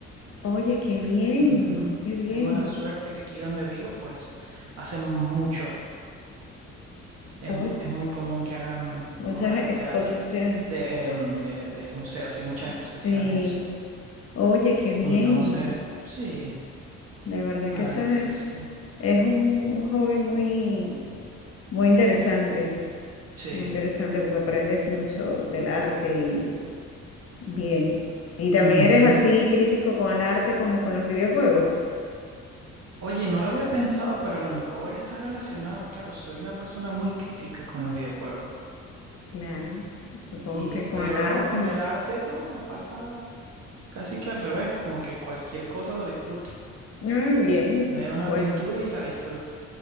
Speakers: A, on the left (about 50°); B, on the right (about 55°).
A: oye, qué bien,
B: Ujú.
A: qué bien.
B: Tengo la suerte que aquí donde vivo, pues hacen mucho. Es,
A: Oye,
B: es muy común que hagan
A: muchas
B: obras de
A: exposiciones.
B: teatro, de, em, de, de museos y muchas exposiciones,
A: Sí,
B: eso.
A: oye, qué bien.
B: Entonces, sí.
A: De verdad
B: La
A: que
B: verdad
A: eso es,
B: es que sí.
A: es un, un hobby muy, muy interesante,
B: Sí.
A: muy interesante porque aprendes mucho del arte Bien. ¿Y también
B: Ujú.
A: eres así crítico con el arte como con los videojuegos?
B: Oye, no lo había pensado, pero a lo mejor está relacionado. Claro, soy una persona muy crítica con los videojuegos.
A: Claro, supongo
B: Y,
A: que
B: pero
A: con el arte.
B: no, con el arte no, me pasa casi que al revés, como que cualquier cosa lo disfruto.
A: Ah, bien,
B: Veo una
A: pues,
B: pintura y la disfruto.